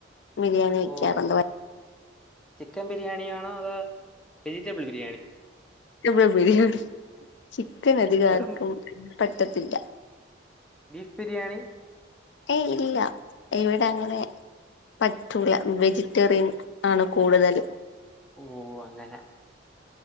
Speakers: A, on the left; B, in the centre.
A: ബിരിയാണി വെക്ക്യാറുണ്ട്
B: ഓ!
A: വ
B: ചിക്കൻ ബിരിയാണിയാണോ അതോ വെജിറ്റബിൾ ബിരി
A: ബ്ൾ ബിരിയാണി ചിക്കൻ അധികാര്ക്കും
B: വെറും
A: പറ്റത്തില്ലാ
B: ബീഫ് ബിരിയാണി
A: ഏയ് ഇല്ല ഇവിടെ അങ്ങെനെ പറ്റൂല വെജിറ്റേറിയൻ ആണ് കൂട്തെല്
B: ഓഹ് അങ്ങനെ